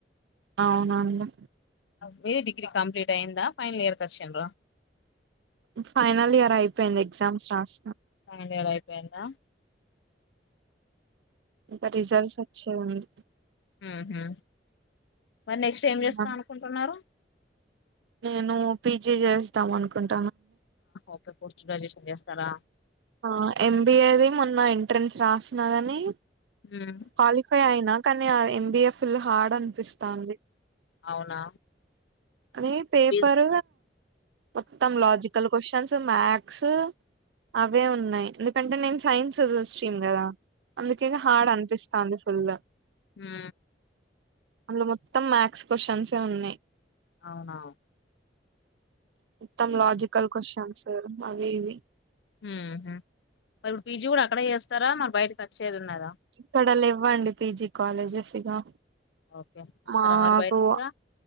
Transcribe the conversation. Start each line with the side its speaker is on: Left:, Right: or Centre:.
Right: అవునండి
Left: మీది డిగ్రీ కంప్లీట్ అయ్యిందా ఫైనల్ ఇయర్కి వచ్చిండ్రా
Right: ఫైనల్ ఇయర్ అయిపోయింది ఎగ్జామ్స్ రాస
Left: ఫైనల్ ఇయర్ అయిపోయిందా
Right: ఇంకా రిజల్ట్స్ వచ్చేది ఉంది
Left: ఉహు మరి నెక్స్ట్ ఏం
Right: ఈ
Left: చేస్తా
Right: మంత్
Left: అనుకుంటున్నారు
Right: నేను పీజీ చేస్తాం అనుకుంటు
Left: ఓకే పోస్ట్ గ్రాజుయేషన్ చేస్తారా
Right: ఆ ఎంబిఏ ది మొన్న ఎంట్రెన్స్ రాసినా గాని
Left: మ్.
Right: క్వాలిఫై అయినా కానీ ఎంబిఎఫ్ ఫుల్ హార్డ్ అనిపిస్తంది
Left: అవునా
Right: అని పేపర్
Left: బీస్
Right: మొత్తం లాజికల్ క్వశ్చన్స్ మ్యాక్స్ అవే ఉన్నాయి ఎందుకంటే నేను సైన్స్ స్ట్రీమ్ కదా అందుకే హార్డ్ అనిపిస్తాంది ఫుల్
Left: ఉ
Right: అందులో మొత్తం మాథ్స్ క్వశ్చన్స్ ఏ ఉన్నాయి
Left: అవున
Right: మొత్తం లాజికల్ క్వశ్చన్స్ అవి ఇవి
Left: ఉహు మరి ఇప్పుడు పీజీ కూడా అక్కడే చేస్తారా మరి బయటకి వచ్చేది ఉన్నద
Right: ఇక్కడ లేవ్వండి పీజీ కాలేజెస్ ఇగా
Left: ఓకే వస్తారా
Right: ఆ మాకు
Left: మరి బయటికిగా